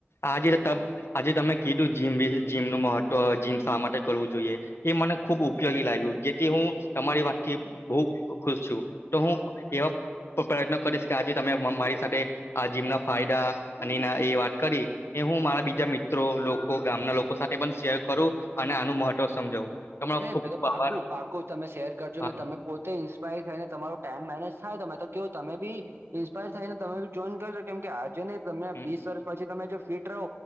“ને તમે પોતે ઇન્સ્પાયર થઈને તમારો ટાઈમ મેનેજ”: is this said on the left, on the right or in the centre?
Right